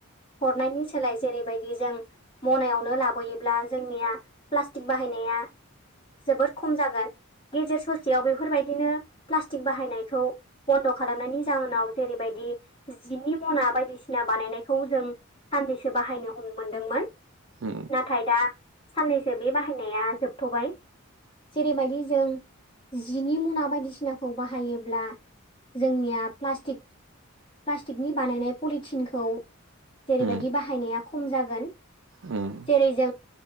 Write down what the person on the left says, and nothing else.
हरनायनि सोलाय जेरैबायदि जों मनायावनो लाबोयोब्ला जोंनिया प्लास्टिक बाहायनाया जोबोद खम जागोन। गेजेर ससेयाव बेफोरबायदिनो प्लास्टिक बाहायनायखौ बन्द' खालामनायनि जाहोनाव जेरैबायदि जिनि मना बायदिसिना बानायनायखौ जों साननैसो बाहायनो हनो मोनदोंमोन
नाथाय दा साननैसो बे बाहायनाया जोबथ'बाय जेरैबायदि जों जिनि मना बायदिसिनाखौ बाहायोब्ला जोंनि प्लासटिक प्लास्टिकनि बानायनाय पलिथिनखौ जेरैबायदि
बाहायनाया खम जागोन
जेरै जों